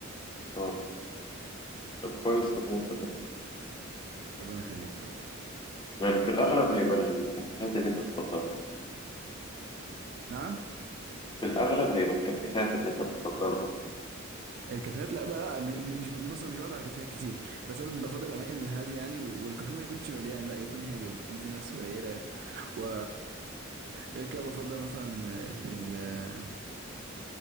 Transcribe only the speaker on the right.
ربنا يخليك يا رب
نعم
الكافيهات لا بقى لا م- مش بص أنا مش بقعد على كافيهات كتير بس انا بفضل الاماكن الهاديه يعني و- والكافيه ما يكونش مليان لا يكون هادي ويكون في ناس قليله و غير كده بفضل مثلا ال... ال-